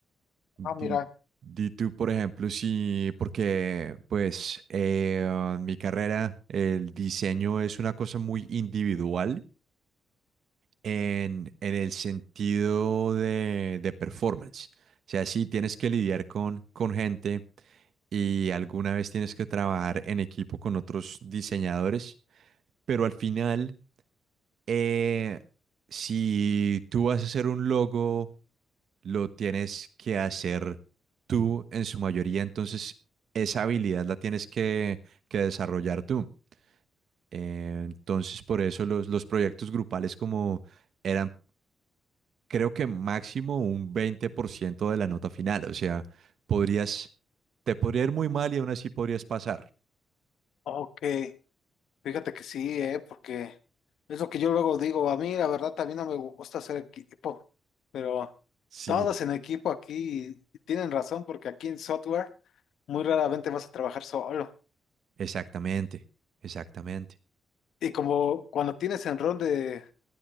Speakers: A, on the right; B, on the left.
A: Di,
B: Ah, mira,
A: di tú, por ejemplo, si, porque pues eh, en mi carrera el diseño es una cosa muy individual. en, en el sentido de, de performance. O sea, sí tienes que lidiar con, con gente y alguna vez tienes que trabajar en equipo con otros diseñadores, pero al final, eh, si tú vas a hacer un logo, lo tienes que hacer tú en su mayoría, entonces esa habilidad la tienes que, que desarrollar tú. Eh, entonces, por eso los, los proyectos grupales como eran creo que máximo un 20% de la nota final. O sea, podrías, te podría ir muy mal y aún así podrías pasar.
B: ok, fíjate que sí, eh, porque es lo que yo luego digo, a mí la verdad también no me gusta hacer equipo, pero
A: Sí,
B: todos en equipo aquí tienen razón porque aquí en software muy raramente vas a trabajar solo.
A: exactamente, exactamente.
B: Y como cuando tienes enrón de,